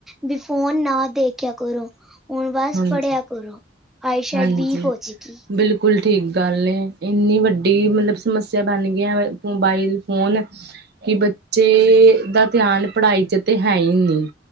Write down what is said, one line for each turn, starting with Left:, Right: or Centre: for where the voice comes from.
Centre: ਵੀ ਫੋਨ ਨਾ ਦੇਖ ਕਿਆ ਕਰੋ ਹੁਣ ਬਸ
Right: ਹਾਂਜੀ
Centre: ਪੜ੍ਹਿਆ ਕਰੋ ਆਈ ਸਈਡ
Right: ਹਾਂਜੀ।
Centre: ਵੀਕ ਹੋ ਜਾਏਗੀ।
Right: ਬਿਲਕੁਲ ਠੀਕ ਗੱਲ ਨੇ ਇਨੀ ਵੱਡੀ ਮਤਲਬ ਸਮੱਸਿਆ ਬਣ ਗਈ ਮੋਬਾਈਲ ਫੋਨ ਕਿ ਬੱਚੇ ਦਾ ਧਿਆਨ ਪੜ੍ਹਾਈ 'ਚ ਤੇ ਹੈ ਈ ਨੀ।